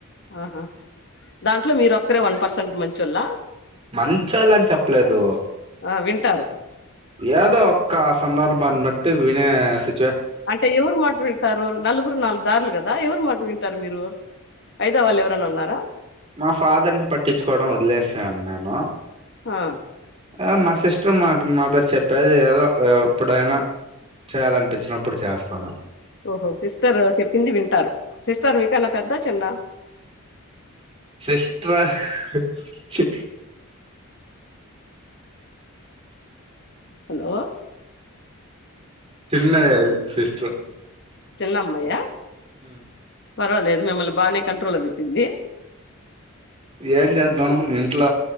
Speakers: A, on the left; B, on the right.
A: ఆహా దాంట్లో మీరు ఒక్కరే వన్ పర్సెంట్ మంచోళ్ల
B: మంచోళ్లని చెప్పలేదు
A: ఆ వింటారు
B: ఏదో ఒక్క సందర్భాన్ని బట్టి వినే సి
A: అంటే ఎవరు మాట వింటారు నలుగురు నాలుగు దారులు కదా ఎవరు మాట వింటారు మీరు అయిదో వాళ్ళు ఎవరనా ఉన్నారా
B: మా ఫాదర్ ని పట్టించుకోవడం వదిలేసాను నేను
A: ఆ
B: ఆ మా సిస్ట్రు మాట మా పేరు చెప్ పది ఏదో ఎప్పుడైనా చేయాలనిపించినప్పుడు చేస్తన్న
A: ఓహో సిస్టర్ చెప్పింది వింటారు సిస్టర్ మీకన్నా పెద్ద చిన్న
B: సిస్ట్రా అహ్ చి
A: హలో
B: చిన్నదే అది సిస్ట్ర్ ఉ
A: చిన్నమ్మయ
B: ఊ
A: పర్వాలేదు మిమ్మల్ని బాగానే కంట్రోల్ పెట్టిది
B: ఏం చేద్దాం ఇంట్ల